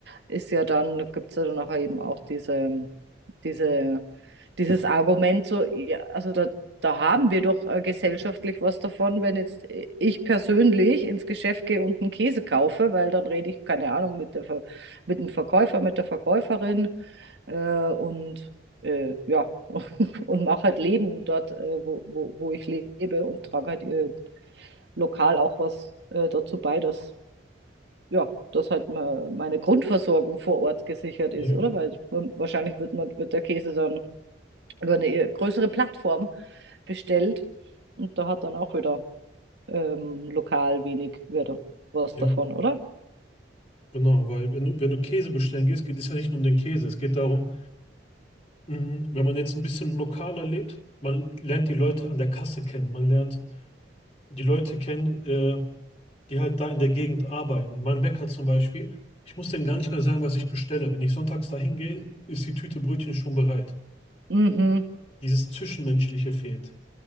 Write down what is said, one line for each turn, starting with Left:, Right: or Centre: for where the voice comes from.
Right: ist ja dann, gibt es ja dann nachher eben auch diese, diese, dieses Argument, so, ja, also da, da haben wir doch äh, gesellschaftlich was davon, wenn jetzt äh, ich persönlich ins Geschäft gehe und einen Käse kaufe, weil dann rede ich, keine Ahnung, mit der, Ver- mit dem Verkäufer, mit der Verkäuferin äh, und äh, ja, <laughs> und mache halt Leben dort, äh, wo, wo, wo ich lebe und trage halt äh, lokal auch was äh, dazu bei, dass ja, dass halt me- meine Grundversorgung vor Ort gesichert
Left: Ja,
Right: ist, oder? Weil man- wahrscheinlich wird man, wird der Käse dann über eine eher größere Plattform bestellt und da hat dann auch wieder ähm, lokal wenig wieder was
Left: ja,
Right: davon, oder?
Left: genau. Weil wenn du, wenn du Käse bestellen gehst, geht es ja nicht nur um den Käse. Es geht darum, Mm, Wenn man jetzt ein bisschen lokaler lebt, man lernt die Leute an der Kasse kennen. Man lernt die Leute kennen, äh, die halt da in der Gegend arbeiten. Mein Bäcker zum Beispiel, ich muss dem gar nicht mehr sagen, was ich bestelle. Wenn ich sonntags dahin gehe, ist die Tüte Brötchen schon bereit.
Right: Mhm,
Left: Dieses Zwischenmenschliche fehlt.